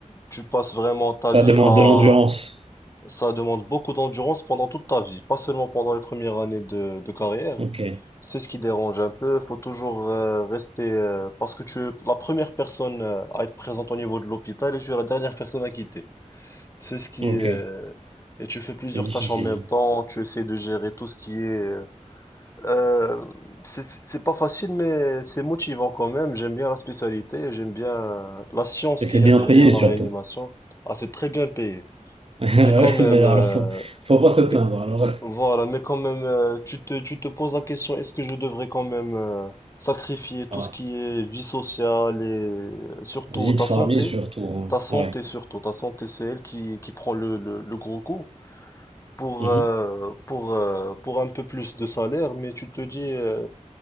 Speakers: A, on the left; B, on the right.
A: tu passes vraiment ta
B: Ça
A: vie
B: demande
A: à...
B: de l'endurance.
A: Ça demande beaucoup d'endurance pendant toute ta vie, pas seulement pendant les premières années de de carrière.
B: Ok,
A: C'est ce qui dérange un peu. Faut toujours euh, rester euh, parce que tu es la première personne euh, à être présente au niveau de l'hôpital et tu es la dernière personne à quitter. C'est ce qui
B: ok.
A: est, euh, et tu fais plusieurs
B: C'est difficile.
A: tâches en même temps. Tu essaies de gérer tout ce qui est. euh, euh, c'est c'est- c'est pas facile, mais c'est motivant quand même. J'aime bien la spécialité. J'aime bien euh, la science
B: Et c'est
A: qu'il y
B: bien
A: a derrière
B: payé
A: la
B: surtout.
A: réanimation. Ah, c'est très bien payé.
B: <laughs>
A: Mais quand même,
B: Alors,
A: euh,
B: faut, faut pas se plaindre.
A: mais
B: Alors,
A: voilà, mais quand même, euh, tu te, tu te poses la question, est-ce que je devrais quand même euh, sacrifier tout
B: voilà.
A: ce qui est vie sociale et euh, surtout
B: Vie
A: ta
B: de famille
A: santé?
B: surtout. hein.
A: Ta santé
B: Ouais.
A: surtout, ta santé c'est elle qui, qui prend le, le, le gros coup pour,
B: Mhm.
A: euh, pour, euh, pour un peu plus de salaire, mais tu te dis, euh,